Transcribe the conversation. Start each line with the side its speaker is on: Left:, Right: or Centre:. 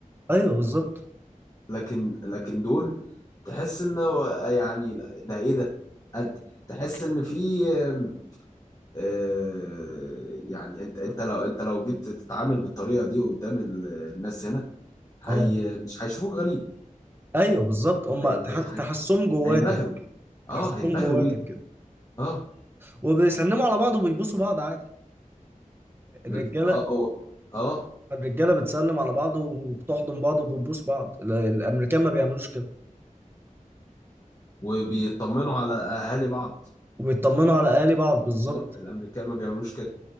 Right: ايوه بالظبط
Left: لكن لكن دول تحس ان هو- يعني لا، ده ايه ده انت تحس ان في آم، آه، يعني انت انت لو انت لو جيت تتعامل بالطريقة دي قدام ال- الناس هنا هي
Right: اه
Left: مش هيشوفوك غريب
Right: ايوه بالظبط هم
Left: هي
Right: تحس-
Left: هي هي
Right: تحسهم جواتك
Left: هينبهروا
Right: تحسهم
Left: اه هينبهروا
Right: جواتك
Left: بيك
Right: كده
Left: اه
Right: وبيسلموا على بعض وبيبوسوا بعض عادي الرجاله
Left: ب- اه اه آه،
Right: الرجاله بتسلم على بعض وبتحضن بعض وبتبوس بعض ال- الامريكان ما بيعملوش كده
Left: وبيطمنوا على اهالي بعض
Right: وبيطمنوا على اهالي بعض بالظبط
Left: اه الامريكان ما بيعملوش كده